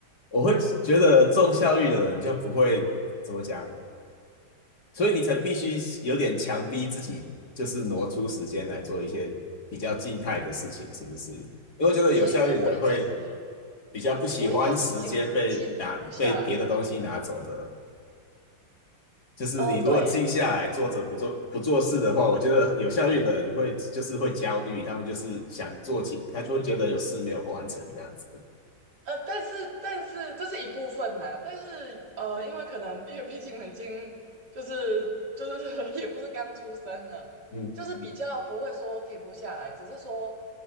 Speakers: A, on the left; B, on the right.
A: 我会觉得重效率的人就不会怎么讲，所以你才必须有点强逼自己，就是挪出时间来做一些比较静态的事情，是不是？因为我觉得有效率的人会
B: 其实我一开始，
A: 比较不喜欢时间被拿被别的东西拿走的，
B: 我一开始是静不静不下来的。
A: 就是你如果静下来坐着不做不做事的话，
B: 哦、对，
A: 我觉得有效率的人会就是会焦虑，他们就是想做起，他就会觉得有事没有完成这样子。的，
B: 呃，但是但是这是一部分呐、但是呃，因为可能因为毕竟已经就是就是 <laughs> 也不是刚出生了，
A: 嗯嗯。
B: 就是比较不会说停不下来，只是说